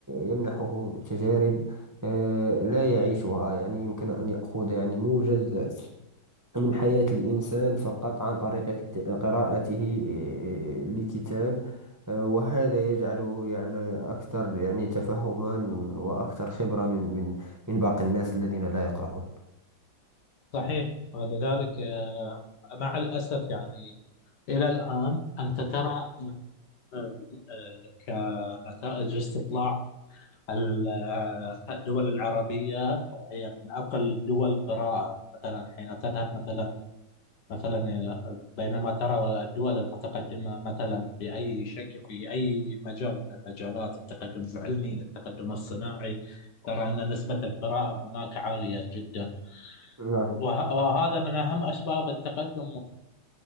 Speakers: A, on the right; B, on the left.
A: يمنحه تجارب آه، لا يعيشها يعني يمكن أن يأخذ يعني موجز من حياة الإنسان فقط عن طريق كت- قراءته آه، لكتاب آه، وهذا يجعله يعني أكثر يعني تفهما وأكثر خبرة من من من باقي الناس الذين لا يقرؤون
B: صحيح ولذلك آه، مع الأسف يعني إلى الآن أنت ترى أن- آه، آه، كنتائج استطلاع ال- الدول العربية هي من أقل الدول قراءة مثلا حين تذهب مثلا مثلا بينما ترى الدول المتقدمة مثلا بأي شكل في أي مجال من المجالات التقدم العلمي التقدم الصناعي ترى أن نسبة القراءة هناك عالية جدا
A: نعم
B: وه- وهذا من أهم أسباب التقدم